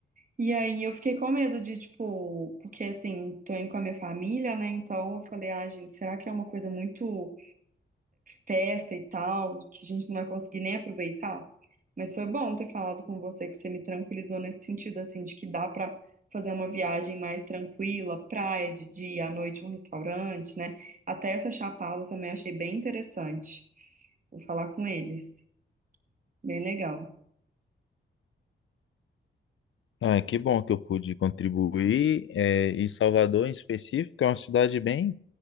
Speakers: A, on the right; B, on the left.
A: E aí eu fiquei com medo de, tipo, porque assim, tô indo com a minha família, né? Então eu falei, ah, gente, será que é uma coisa muito festa e tal, que a gente não vai conseguir nem aproveitar. Mas foi bom ter falado com você, que você me tranquilizou nesse sentido, assim, de que dá pra fazer uma viagem mais tranquila, praia de dia, à noite um restaurante, né? Até essa Chapada também achei bem interessante. Vou falar com eles. Bem legal.
B: ah, que bom que eu pude contribuir. É, e Salvador, em específico, é uma cidade bem,